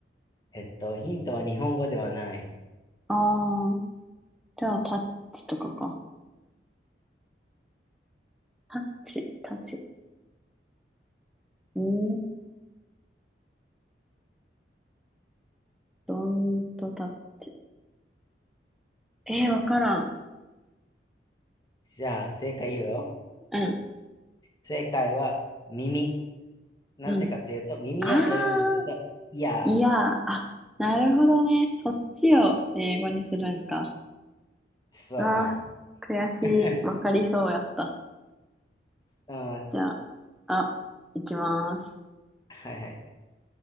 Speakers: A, on the left; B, in the centre.
A: えっと、ヒントは日本語ではない。
B: ああー、じゃあタッチとかか。タッチ、タッチ。うーん、どんとタッチ。えー、わからん。
A: じゃあ、正解言うよ。
B: うん、
A: 正解は耳。なぜかというと、
B: うん。
A: 耳を英語にすると、
B: ああ、
A: いや、
B: いや、あ、なるほどね。そっちを英語にするんか。
A: そうだ。
B: うわ、悔しい。
A: <laughs>
B: わかりそうやった。
A: あ、
B: じゃあ、あ、いきます。
A: はいはい。